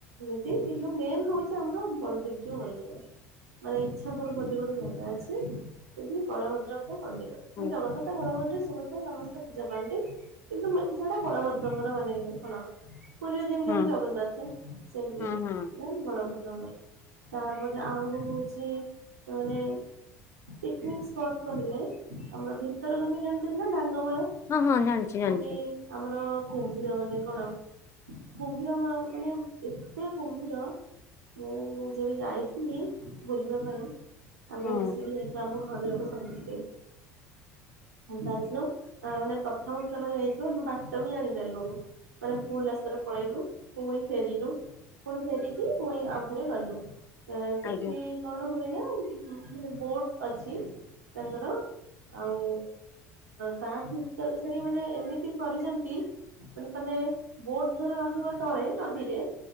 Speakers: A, on the right (about 80°); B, on the left (about 35°).
A: ନ୍ତୁ ମେନ ରହୁଛି ଆମର ବଲଦେପ ଯୋଉ ମନ୍ଦିର। ମାନେ ଇଚ୍ଛାପୁର ବୋଲି ଗୋଟେ ଜାଗା ଅଛି ସେଠି ବଳଭଦ୍ରଙ୍କ ମନ୍ଦିର
B: ହୁଁ
A: ଜଗନ୍ନାଥ ବଳଭଦ୍ର ସୁଭଦ୍ରା ସମସ୍ତେ ପୂଜା ପାଆନ୍ତି। କିନ୍ତୁ ସେଇଟା ବଳଭଦ୍ରଙ୍କର ମାନେ କଣ ପୁରୀରେ ଯେମିତି
B: ହୁଁ
A: ଆମେ ଜଗନ୍ନାଥ ସେମିତି।
B: ହୁଁ ହୁଁ
A: ବଳଭଦ୍ରଙ୍କର ତାପରେ ଆଉ ହଉଛି ମାନେ ପିକନିକ ସ୍ପଟ କହିଲେ ଆମର ଭିତରକନିକା ଜାଣିଥିଲ ନା ଡାଙ୍ଗମାଳ?
B: ହଁ ହଁ ଜାଣିଛି ଜାଣିଛି।
A: କୋଉଠି ଆମର କୁମ୍ଭୀର ମାନେ କଣ କୁମ୍ଭୀର ମାନେ ଏତେ କୁମ୍ଭୀର ମୁଁ ଯବେ ଯାଇଥିଲି ବୁଲିବା ପାଇଁ। ଆମେ
B: ହୁଁ
A: ମିଶିକି ଯାଇଥିଲୁ ଆମ ଘର ଲୋକ ସମୀସ୍ତେ। ଯାଇ ମାନେ ପ୍ରଥମର ପାଇଁ ଯାଇଥିଲୁ ଆମେ ବାଟ ବି ଜାଣିପାରିଲୁନ। ଆମେ ଭୁଲ ରାସ୍ତାରେ ପଳେଇଲୁ ପୁଣି ଫେରିଲୁ। ପୁଣି ଫେରିକି ପୁଣି ଆଉଥରେ ଗଲୁ ଏ ସେଠି
B: ଆଜ୍ଞା।
A: କଣ ହୁଏନା ମାନେ ବୋଟ ଅଛି ତାଙ୍କର ଆଉ ତା ଭିତରେ ସେଠି ମାନେ ଏମିତି କରିଛନ୍ତି ମାନେ ତମେ ବୋଟ ଧର ରହିବ ତଳେ ନଦୀରେ